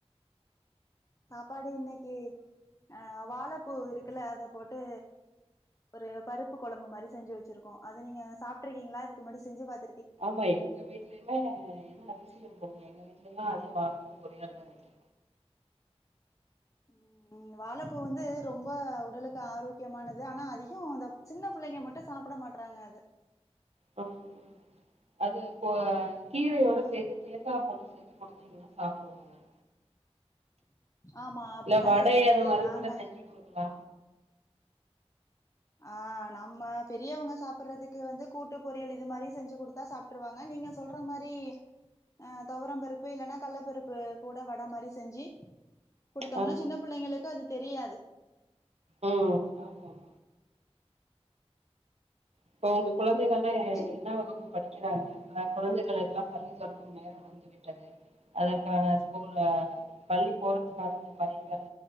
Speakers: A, on the left; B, on the right.
A: சாப்பாடு இன்னைக்கி அஹ் வாழைப்பூ இருக்குல அத போட்டு ஒரு பருப்பு கொழம்பு மாரி செஞ்சு வெச்சிருக்கோ அத நீங்க சாப்பிட்டுருக்கீங்களா இதுக்கு முன்னாடி செஞ்சு பாத்து
B: ஆமா எங்க வீட்லயுமே என்ன அதிசியம் போ எங்க வீட்டுல எல்லா அதிக வாழைப்பூ பொரியலாதா வெக்கி
A: உம் வாழைப்பூ வந்து ரொம்ப உடலுக்கு ஆரோக்கியமானது ஆனா அதிக அந்த சின்ன புள்ளைங்க மட்டும் சாப்பிட மாட்டறாங்க அது
B: ஹம்ம் அது போ கீரையோட சேத்து தேங்கா போட்டு சேத்து குடுத்தீங்கா சாப்பட்டு <unintelligible>
A: ஆமா அப்டிதா
B: இல்ல வடை
A: செய்யறது
B: அது மாரி
A: நாங்க
B: கூட செஞ்சு குடுக்கலா
A: ஆஹ் நம்ம பெரியவங்க சாப்பிடுறதுக்கு வந்து கூட்டு பொரியல் இது மாதிரி செஞ்சு குடுத்தா சாப்பிட்டுருவாங்க நீங்க சொல்ற மாரி அஹ் துவரம் பருப்பு இல்லைன்னா கள்ளப்பருப்பு கூட வடை மாரி செஞ்சு குடுத்தோம்னா
B: ஆ
A: சின்ன புள்ளைங்களுக்கு அது தெரியாது
B: உம் ஆமா ஆமா இப்ப உங்க குழந்தைகள் எல்லா
A: சின்
B: என்ன வகுப்பு படி டிக்கிறாங்க ஆஹ் குழந்தைகளுக்கெல்லாம் பள்ளி தொறக்கும் நேரம் வந்து விட்டது அதற்கான ஸ்கூல் ஹ் பள்ளி போறதுக்கான பையிகள்